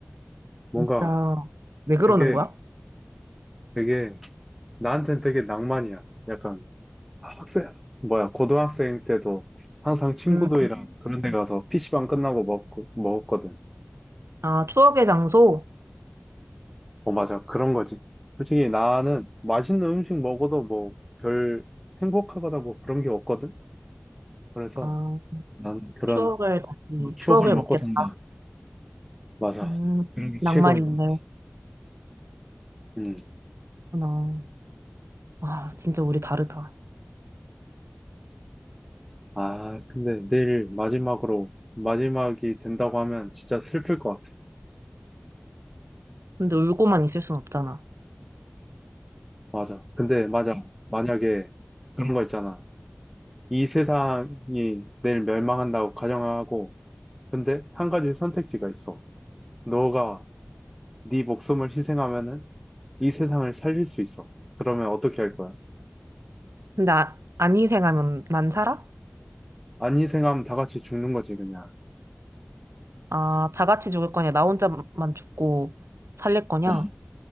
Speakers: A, in the centre; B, on the right.
A: 뭔가,
B: 진짜, 왜 그러는
A: 그게
B: 거야?
A: 되게, 나한텐 되게 낭만이야. 약간. 아, 학생, 뭐야, 고등학생 때도 항상 친구들이랑
B: 음,
A: 그런 데 가서 PC방 끝나고 먹고, 먹었거든.
B: 아, 추억의 장소?
A: 어, 맞아. 그런 거지. 솔직히 나는 맛있는 음식 먹어도 뭐 별 행복하거나 뭐 그런 게 없거든. 그래서
B: 아,
A: 나는 그런
B: 추억을 다시,
A: 뭐 추억을
B: 추억을
A: 먹고
B: 먹겠다.
A: 산다. 맞아.
B: 음,
A: 그런 게 최고인
B: 낭만이 있네.
A: 것 같아. 음.
B: 그렇구나. 아, 진짜 우리 다르다.
A: 아, 근데 내일 마지막으로, 마지막이 된다고 하면 진짜 슬플 것 같아.
B: 근데
A: 음,
B: 울고만 있을 순 없잖아.
A: 맞아. 근데 맞아. 만약에 그런 거 있잖아. 이 세상이 내일 멸망한다고 가정하고, 근데 한 가지 선택지가 있어. 너가 네 목숨을 희생하면은 이 세상을 살릴 수 있어. 그러면 어떻게 할 거야?
B: 근데 아, 안 희생하면 난 살아?
A: 안 희생하면 다 같이 죽는 거지, 그냥.
B: 아, 다 같이 죽을 거냐? 나 혼자만 죽고 살릴 거냐?
A: 어,